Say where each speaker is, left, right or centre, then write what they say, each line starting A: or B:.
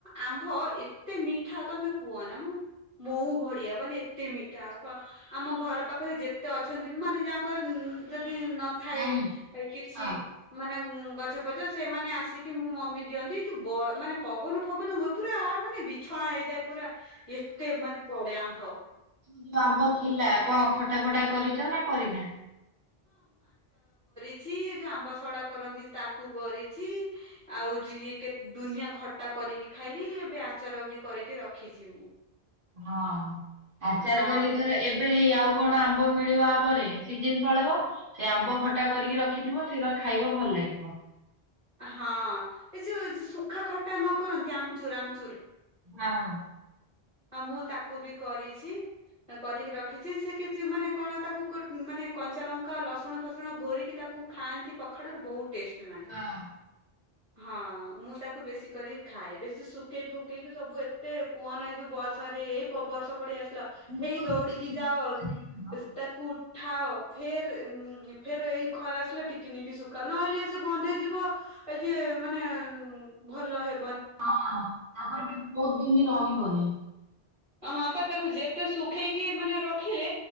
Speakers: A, on the right; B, on the right.
A: ଆମ୍ଭ ଏତେ ମିଠା ତମେ କୁହ ନା। ମୁଁ ମଉ ଘଡିଆ ମାନେ ଏତେ ମିଠା, ଆମ ଘର ପାଖରେ ଯେତେ ଅଛନ୍ତି। ମାନେ ଯା ଙ୍କର ନଥାଏ
B: ନାହିଁ
A: କିଛି
B: ହଁ ହଁ।
A: ମାନେ ଗଛ ପଛ। ସେମାନେ ଆସିକି ମୁଁ ମମି ଦିଅନ୍ତି। ଯଉ ବ ମାନେ ପବନ ଫବନ ହୁଏ, ପୁରା ମାନେ ବିଛଣା ହେଇଯାଏ। ପୁରା ଏତେ ମାନେ ପଡେ ଆମ୍ଭ।
B: ଯଉ ଆମ୍ବ ଥିଲା କ'ଣ ଖଟା ଫଟା କରିଚ ନା କରିନା?
A: ଛି ଯଉ ଆମ୍ବ ସଡା କରନ୍ତି, ତାକୁ କରିଛି। ଆଉ ଯିଏ କେ ଦୁନିଆ ଖଟା କରିକି ଖାଇଲି, ଏବେ ଆଚାର ବି କରିକି ରଖିଛି। ମୁଁ!
B: ହଁ! ଆଚାର
A: ହଁ
B: କରିକି
A: ମୁଁ
B: ଥରେ ଏବେ ହିଁ ଆଉ କଣ ଆମ୍ବ ମିଳିବା ଆ ପରେ ସିଜିିନ୍‌ ପଳେଇବ। ସେ ଆମ୍ବ ଖଟା କରିକି ରଖିଥିବ। ସେଇଗୁରା ଖାଇବ ଭଲ ଲାଗିବ
A: ହଁ! ଏ ଯଉ ଶୁଖା ଖଟା ନ କରନ୍ତି ଆମ୍ଚୁର୍ ଆମ୍ଚୁର୍।
B: ହଁ
A: ହଁ! ମୁଁ ତାକୁ ବି କରିଛି। କରିକି ରଖିଛି। ସେ କିଛି ମାନେ କ'ଣ ତାକୁ କୁ ମାନେ କଞ୍ଚା ଲଙ୍କା, ଲସୁଣ ଫସୁଣ ଘୋରିକି ତାକୁ କୁ ଖାଆନ୍ତି ପଖାଡରୁ ବହୁତ୍ ଟେଷ୍ଟି ନାଗେ।
B: ହଁ।
A: ହଁ! ମୁଁ ତାକୁ ବେଶୀ କରି ଖାଏ। ବେଶୀ ଶୁଖେଇ ଫୁକେଇକି ସବୁ ଏତେ କୁହନା ଏଯଉ ସରେ ଏ ପ ବର୍ଷା ବଢ଼ି ଆସିଥିଲା।
B: ମୁଁ
A: ହେଇ
B: କଣ
A: ଦୌଡିକି
B: ତମେ ନିଜେ
A: ଯାଅ
B: କରିଥିଲ?
A: ତାକୁ ଉଠାଅ ଫେର୍ ଫେରେ ଏଇ ଖରା ଆସିଲା ଟିକେ ନେଇକି ଶୁଖାଅ, ନହେଲେ ସେ ଗନ୍ଧେଇଯିବ। ଇଏ ମାନେ ଭଲ ହେ
B: ହଁ! ତାପରେ ବି ବହୁତ୍ ଦିନ୍ ରହିବନି।
A: ହଁ! ପା ତାକୁ ଯେତେ ଶୁଖେଇକି ମାନେ ରଖିଲେ।